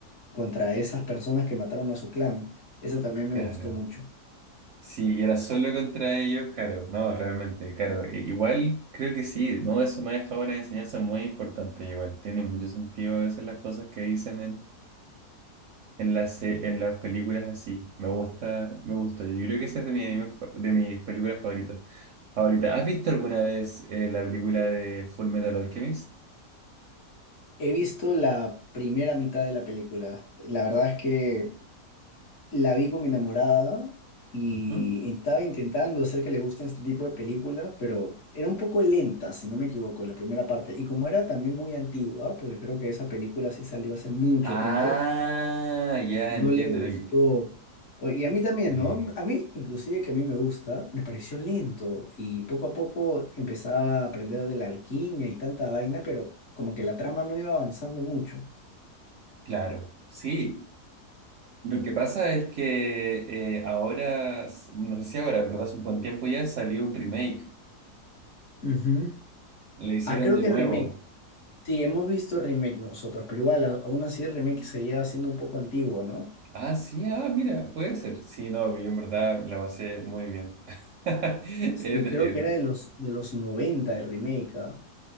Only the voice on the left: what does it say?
contra esas personas que mataron a su clan. Esa también me
gustó mucho.
He visto la primera mitad de la película. La verdad es que la vi con mi enamorada y
estaba intentando hacer que le gusten este tipo de películas, pero era un poco lenta, si no me equivoco, la primera parte. Y como era también muy antigua, porque creo que esa película sí salió hace mucho
tiempo,
no
le gustó.
O- Y a mí también,
¿no? A mí, inclusive que a mí me gusta, me pareció lento y poco a poco empezaba a aprender de la alquimia y tanta vaina, pero como que la trama no iba avanzando mucho.
Ujú.
Ah, creo
que
remake. Sí, hemos visto remake nosotros, pero igual, a- aún así el remake seguía siendo un poco antiguo, ¿no?
Sí,
creo que era de los, de los 90 el remake, ¿ah?